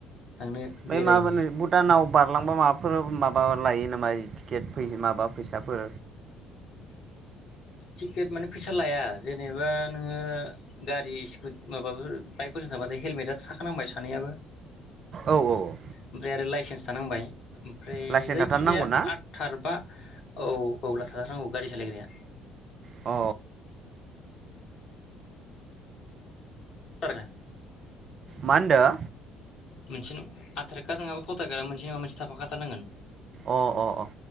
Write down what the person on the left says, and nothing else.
थांनो
बेरायनो
टिकेट माने फैसा लाया जेनेबा नोङो गारि स्कु माबाफोर बाइकफोरजों थांबाथाय हेलमेटा थाखानांबाय सानैहाबो
ओमफ्राय आरो लाइसेन्स थानांबाय ओमफ्राय
जायखिजाया
आठथार बा औ औला। थाथारनांगौ गारि सालायग्राया
आरोना
मोनसे न आधार कार्ड नङाबा फटार कार्ड मोनसे नङा मोनसे थाफाखाथारनांगोन।